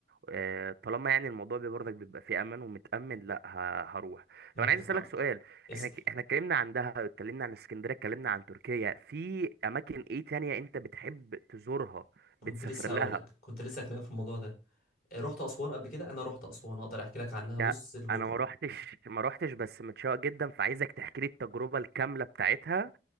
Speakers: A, on the right; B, on the left.
A: آه، طالما يعني الموضوع بي- برضك بيبقى فيه أمان ومتأمن لأ ه- هروح
B: ما
A: طب أنا
B: هي
A: عايز أسألك
B: فاهمك
A: سؤال
B: اسأل
A: إحنا ك- إحنا اتكلمنا عن دهب اتكلمنا عن اسكندرية اتكلمنا عن تركيا في أماكن إيه تانية أنت بتحب تزورها
B: كنت
A: بتسافر
B: لسه هقول
A: لها
B: لك كنت لسه هكلمك في الموضوع ده آه، رحت اسوان قبل كده انا رحت اسوان اقدر احكي لك عنها
A: ده
B: بص لبكره
A: أنا ما روحتش ما روحتش بس متشوق جدا فعايزك تحكي لي التجربة الكاملة بتاعتها